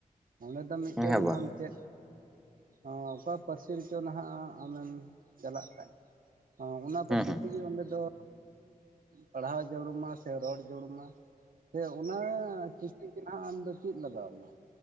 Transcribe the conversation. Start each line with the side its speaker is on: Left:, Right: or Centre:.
Right: ᱚᱸᱰᱮ ᱫᱚ ᱢᱤᱫᱴᱮᱱ
Centre: ᱦᱮᱸ ᱵᱟᱝ
Right: ᱟᱢ ᱪᱮᱫ ᱟᱸᱻ ᱚᱠᱟ ᱯᱟᱹᱨᱥᱤ ᱨᱮᱪᱚ ᱱᱟᱦᱟᱜ ᱟᱢᱮᱢ ᱪᱟᱞᱟᱜ ᱠᱟᱱ ᱚᱱᱟ
Centre: ᱦᱩᱸ
Right: ᱯᱟᱹᱨᱥᱤ
Centre: ᱦᱩᱸ
Right: ᱛᱮᱜᱮ ᱚᱸᱰᱮ ᱫᱚ ᱯᱟᱲᱦᱟᱣ ᱡᱟᱹᱨᱩᱢᱟ ᱥᱮ ᱨᱚᱲ ᱡᱟᱹᱨᱩᱢᱟ ᱥᱮ ᱚᱱᱟ ᱪᱤᱠᱤ ᱾ ᱱᱟᱦᱟᱜ ᱟᱢ ᱫᱚ ᱪᱮᱫ ᱞᱟᱜᱟᱣ ᱟᱢᱟ